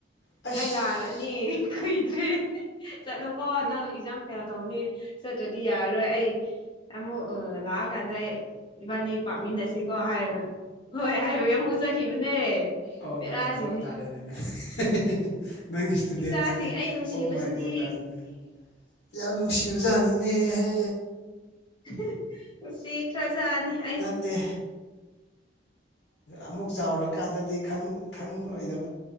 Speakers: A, on the left; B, on the left.
A: ꯑꯁ
B: ꯑꯩ ꯂꯥꯛꯂꯅꯤ ꯀꯨꯏꯗ꯭ꯔꯦ ꯍꯤ ꯍꯤ ꯆꯠꯂꯣꯀꯣ ꯅꯪ ꯑꯦꯛꯖꯥꯡ ꯐꯦꯜ ꯇꯧꯅꯤ ꯆꯠꯇ꯭ꯔꯗꯤ ꯌꯥꯔꯔꯣꯏ ꯑꯩ ꯑꯃꯨꯛ ꯑꯥ ꯂꯥꯛꯑꯀꯥꯟꯗ ꯑꯩ ꯏꯕꯥꯅꯤ ꯄꯥꯝꯃꯤꯟꯅꯁꯤꯀꯣ ꯍꯥꯏꯔꯒ ꯍꯣꯏ ꯍꯥꯏꯕꯒꯤ ꯑꯃꯨꯛ ꯆꯠꯈꯤꯕꯅꯦ
A: ꯑꯣ
B: ꯄꯦꯔꯥꯁꯤꯡꯅꯦ
A: ꯃꯥꯏ ꯒꯣꯠ ꯇꯥꯔꯦꯅꯦ ꯍꯦ ꯍꯦ ꯅꯪ ꯏꯁꯇꯨꯗꯦꯟꯠ
B: ꯏꯆꯥꯁꯤꯡ
A: ꯁꯤꯗꯤ
B: ꯑꯩ ꯅꯨꯡꯁꯤꯕꯁꯤꯗꯤ
A: ꯑꯣ ꯃꯥꯏ ꯒꯣꯠ ꯇꯥꯔꯦꯅꯦ ꯌꯥꯝ ꯅꯨꯡꯁꯤ ꯖꯅꯤꯅꯦꯍꯦ
B: ꯍꯦ ꯍꯦ ꯁꯤꯈ꯭ꯔꯖꯥꯅꯤ ꯑꯩ
A: ꯅꯠꯇꯦ ꯑꯃꯨꯛ ꯆꯥꯎꯔꯀꯥꯟꯗꯗꯤ ꯈꯪ ꯈꯪꯉꯣꯏꯗ